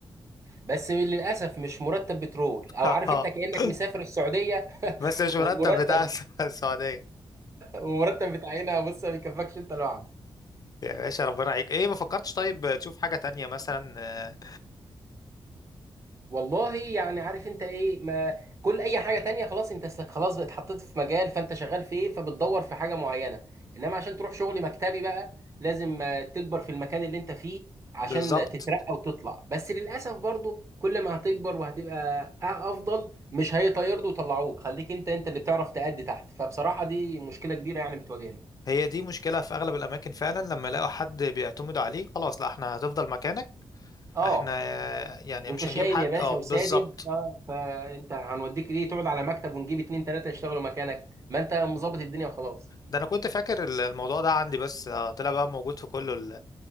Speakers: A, on the right; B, on the left.
A: بس للاسف مش مرتب بترول او
B: <laughs>
A: عارف انت كانك مسافر السعوديه <laughs>
B: بس مش مرتب
A: ومرتب
B: بتاع <laughs> الس- السعودية
A: ومرتب بتاع هنا بص ما بيكفكش انت لوحدك
B: يا باشا ربنا عليك ايه ما فكرتش طيب تشوف حاجة تانية مثلا آه،
A: والله يعني عارف انت ايه ما كل اي حاجه تانية خلاص انت س- خلاص بقت حطيت في مجال فانت شغال فيه فبتدور في حاجه معينه انما عشان تروح شغل مكتبي بقى لازم آه، تكبر في المكان اللي انت فيه عشان
B: بالظبط
A: تترقى وتطلع بس للاسف برضو كل ما هتكبر وهتبقى أ- افضل مش هيطيروا ويطلعوك خليك انت انت اللي بتعرف تأدي تحت فبصراحه دي مشكله كبيره يعني بتواجهني
B: هي دي مشكلة في اغلب الاماكن فعلا لما يلاقوا حد بيعتمدوا عليه خلاص لا احنا هتفضل مكانك
A: اه
B: احنا آه، يعني
A: انت
B: مش
A: شايل
B: هنجيب حد
A: يا باشا
B: اه بالظبط
A: وسادد اه فانت هنوديك ليه تقعد على مكتب ونجيب اتنين تلاته يشتغلوا مكانك ما انت مظبط الدنيا وخلاص
B: ده انا كنت فاكر الموضوع ده عندي بس آه، طلع بقى موجود في كل